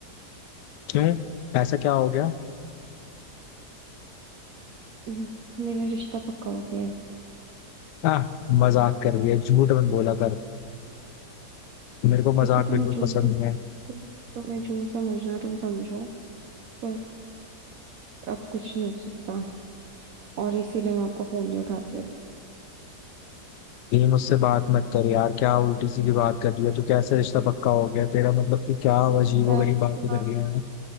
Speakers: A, on the left (about 85°); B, on the right (about 60°).
A: क्यों ऐसा क्या हो गया
B: हम्म, मेरा रिश्ता पक्का हो गया है
A: आ, मजाक कर रही है झूठ मत बोला कर मेरे को
B: देखो
A: मजाक
B: तुम्हें
A: बिल्कुल
B: जो
A: पसंद
B: सम,
A: नहीं है
B: तुम, तुम्हें जो समझना है तुम समझो पर अब कुछ नहीं हो सकता और इसीलिए मैं आपका फोन नहीं उठाती अब
A: ये मुझसे बात मत कर यार क्या उल्टी सी की बात कर रही है तू कैसे रिश्ता पक्का हो गया तेरा मतलब तू क्या अजीब
B: पहले
A: वगरीब बातें
B: तो ना
A: कर रही है यार